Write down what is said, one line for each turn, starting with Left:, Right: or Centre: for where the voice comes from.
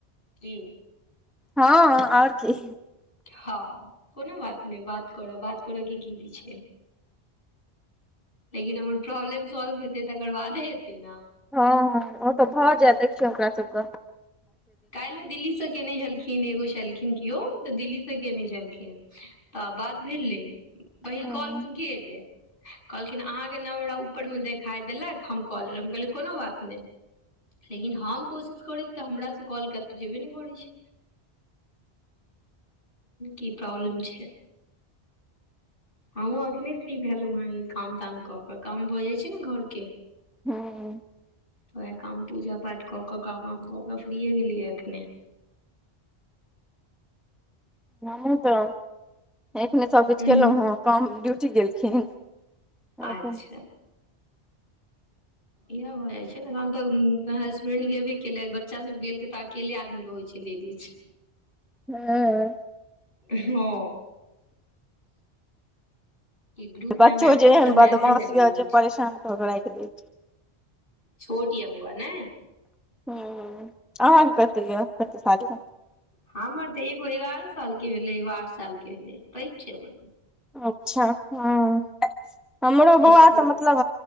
Left: की
Centre: ह और की
Left: ह कोनो बात नैय बात करब बात करऽ के की दैय छै लेकिन हमर प्रॉब्लम सॉल्व हेतै तकर बादे हेतै न
Centre: ह ह ओ तऽ भऽ जेऽत देखियौ ओकरा सब क
Left: कैल्हो दिल्ली से केने छेलखिन एगो छलखिन केओ तऽ दिल्ली से केने छेलखिन तऽ बात भेलै पहिल
Centre: हँ
Left: कॉल हुनके एलै कहलखिन आहाँ के नव ऊपर मे देखाय देलक हम कऽ लेलो हम कहलियै कोनो बात नैय लेकिन हम कोशिश करी तऽ हमरा त काॅल कतै जेबे नेै करै छै कि प्रब्लम छै हमहूँ अखने फ्री भेलौ हेँ ई काम ताम कऽ के काम भऽ जाय छै ने घर के
Centre: हूँ
Left: वयेह काम पूजा पाठ कऽ क काम -वाम कऽ क फ्रीे ये भेलियै या एखने
Centre: हमूँतऽ एखने सब
Left: उं
Centre: किछ केलौ हेँ पाहुन ड्यूटी गेलखिन हँ
Left: आच्छा इह हो जाय छै ने तहन तऽ हसबेंड गेबे के लै बच्चा सब गेल ता अकेले आदमी रहै छै लेडीज
Centre: हँ
Left: हँ ई ग्रुपमे
Centre: बच्चो
Left: मैसेज
Centre: जे एहन
Left: पर
Centre: बदमाश
Left: मैसेज आबि
Centre: यए
Left: रहल
Centre: जे परेशान
Left: छै
Centre: कऽ कऽ राखि दै छै
Left: छोट या बौआ नय
Centre: हुँ आहाँ केँ कते य कते साल कऽ
Left: हमर तऽ एगो एगारह साल केँ भेलै एगो आठ साल केँ भेलै पैघ छै हमर
Centre: अच्छऽ हुँ हमरो बौआ
Left: स्कुल
Centre: तऽ मतलब